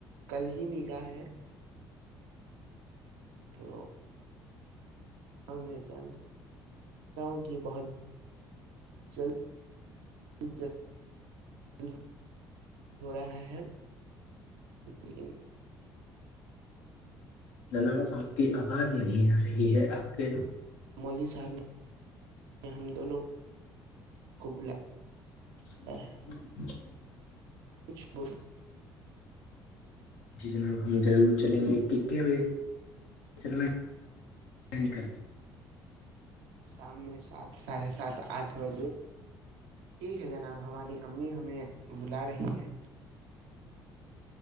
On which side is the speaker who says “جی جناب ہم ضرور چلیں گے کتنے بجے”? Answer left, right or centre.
Left